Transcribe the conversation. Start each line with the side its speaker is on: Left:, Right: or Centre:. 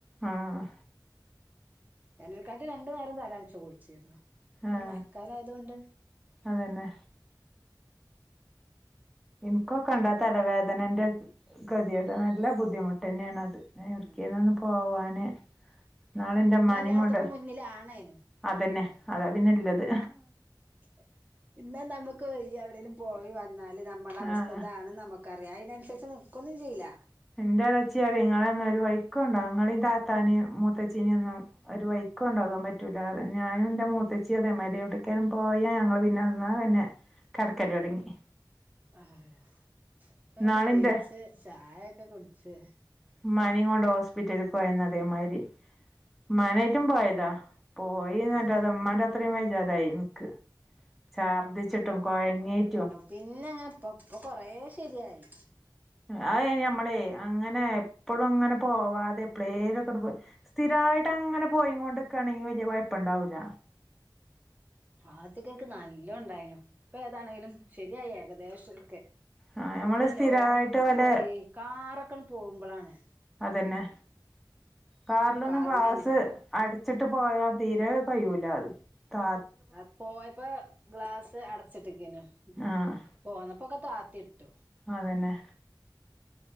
Centre: ആഹ്
Right: വേനൽ കാലത്ത് രണ്ടുനേരം തലൻച്ച് കുളിച്ചീരുന്നു പിന്നെ
Centre: ആഹ്
Right: മഴക്കാലം ആയതോണ്ട്
Centre: അതന്നെ
Right: ഉം.
Centre: ഇൻക്കൊക്കെ ഇണ്ടാ തലവേദനന്റെ കെതിയേട് നല്ല ബുദ്ധിമുട്ട് തന്നേണത്. ഇന്നാ എവട്ക്കേലും
Right: ഉം
Centre: ഒന്ന് പോവാന്. ഇന്നാള് ഇന്റെ
Right: ഇന്ന്
Centre: ഇമ്മാനിം
Right: എല്ലായിടത്തേക്കും
Centre: കൊണ്ട്,
Right: മുന്നിലാണേനും
Centre: അതന്നെ അതാ പിന്നെല്ലത്.
Right: <unintelligible> ഇന്നാ നമുക്ക് വയ്യ എവിടേലും പോയി വന്നാല് നമ്മളെ അവസ്ഥ
Centre: ആഹ്
Right: ഇതാണ് നമുക്കറിയാ. അയിനനുസരിച്ച് നിക്കൊന്നും ചെയ്യില്ല.
Centre: ഇൻ്റെ എളേച്ചി പറയും ഇങ്ങളൊന്നും ഒര് വയിക്ക് കൊണ്ടോവാൻ ഇങ്ങളീം താത്താനിം മൂത്തച്ചിനിം ഒന്നും ഒരു വഴിക്ക് കൊണ്ടോകാൻ പറ്റൂല്ല പറയും. ഞാനും ഇന്റെ മൂത്തച്ചിം അതേ മായിരിയാ. എവിട്ക്കേലും പോയാ ഞങ്ങള് പിന്നെ എന്നാ പിന്നെ കെടക്കല് തൊടങ്ങി.
Right: ആഹ് ഇപ്പങ്ങനെ
Centre: ഇന്നാളിന്റെ
Right: നീച്ച് ചായൊക്കെ കുടിച്ച്.
Centre: ഇമ്മാനിം കൊണ്ട് ഹോസ്പിറ്റല്ക്ക് പോയന്ന് അതേമായിരി. ഇമ്മാനായിറ്റും പോയതാ. പോയി ന്നട്ട്
Right: ഉം
Centre: അത് ഇമ്മാന്റെ അത്രിം വജ്ജാതായി ഇൻക്ക്. ഛർദിച്ചിട്ടും കൊഴങ്ങീറ്റും
Right: പിന്നെങ്ങനെ ഇപ്പം ഇപ്പം കൊറേ ശരിയായി.
Centre: അതയ്ന് ഞമ്മളെ അങ്ങനെ എപ്പളും അങ്ങനെ പോവാതെ എപ്പളേലൊക്കട് പോയി സ്ഥിരായിട്ട് അങ്ങനെ പോയിങ്ങോണ്ട് നിക്കാണെങ്കി വല്യ കൊഴപ്പണ്ടാവൂല്ല.
Right: ആദ്യൊക്കെ ഇൻക്ക് നല്ലോം ഉണ്ടായിനു. ഇപ്പേതാണെങ്കിലും ശരിയായി ഏകദേശൊക്കെ.
Centre: ആഹ്
Right: ഇപ്പൊ
Centre: നമ്മള്
Right: പിന്നെ
Centre: സ്ഥിരായിട്ട്
Right: ലോങ്ങൊക്കെ
Centre: വല്ല
Right: പോയി കാറൊക്കെണ് പോകുമ്പളാണ്.
Centre: അതന്നെ കാറിലൊന്നും
Right: കാറിലേനു
Centre: ഗ്ലാസ് അടച്ചിട്ട് പോയാ തീരെ കയ്യൂലാത് താ
Right: അത് പോയപ്പോ ഗ്ലാസ് അടച്ചിട്ടക്കെനു.
Centre: ആഹ്
Right: പോന്നപ്പൊ ഒക്കെ താത്തി ഇട്ടു.
Centre: അതന്നെ.